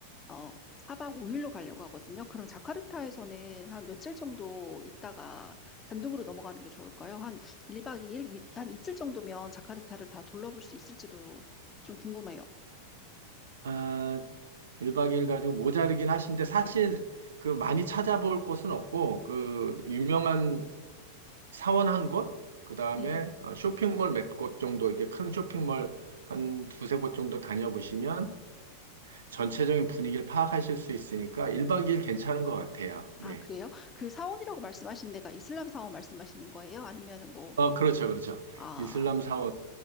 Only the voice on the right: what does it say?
아, 1박 2일 가지고 모자르긴 하신데 사실 그 많이 찾아볼 곳은 없고 그 유명한 사원 한 곳, 그다음에
어, 쇼핑몰 몇 곳 정도 이렇게 큰 쇼핑몰 한 두세 곳 정도 다녀보시면 전체적인 분위기를 파악하실 수 있으니까 1박 2일 괜찮은 것 같아요. 네.
어, 그렇죠. 그렇죠.
이슬람 사원